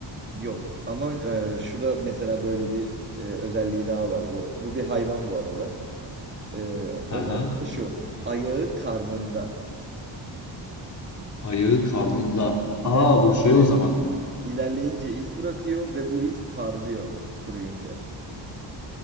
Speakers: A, on the right; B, on the left.
A: Yok ama e, şurada mesela böyle bir e, özelliği daha var bu. Bu bir hayvan bu arada. E,
B: Hı
A: özellikle
B: hı.
A: şu, ayağı karnında.
B: Ayağı karnında.
A: İlerleyince,
B: Aa bu şey o zaman.
A: ilerleyince iz bırakıyor ve bu iz parlıyor kuruyunca.